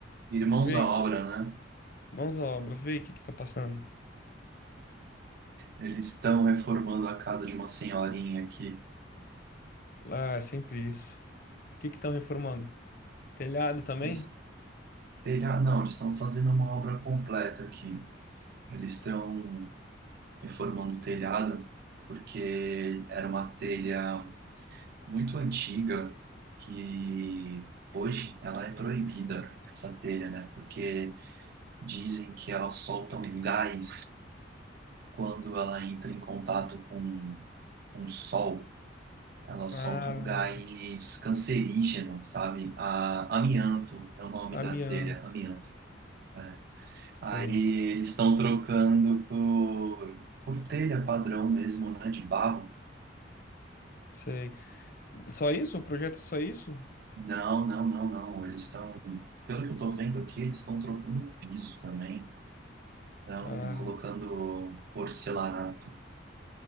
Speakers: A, on the right; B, on the left.
A: Irmãos
B: Vê
A: à
B: aí.
A: Obra, né?
B: Mãos à obra. Vê aí o que que tá passando.
A: Eles estão reformando a casa de uma senhorinha aqui.
B: Ah, é sempre isso. O que que estão reformando? Telhado também?
A: Eles, telhado, não, eles estão fazendo uma obra completa aqui. Eles estão reformando o telhado porque era uma telha muito antiga que hoje ela é proibida, essa telha, né? Porque dizem que ela solta um gás quando ela entra em contato com, com o sol, ela solta
B: Ah,
A: um gás cancerígeno, sabe? A, amianto é o nome
B: amianto.
A: da telha, amianto. é.
B: Sei,
A: Aí eles estão trocando por, por telha padrão mesmo, né? De barro.
B: sei. Só isso? O projeto é só isso?
A: Não, não, não, não. Eles estão, pelo que eu tô vendo aqui, eles estão trocando o piso também. Estão
B: Ah,
A: colocando porcelanato.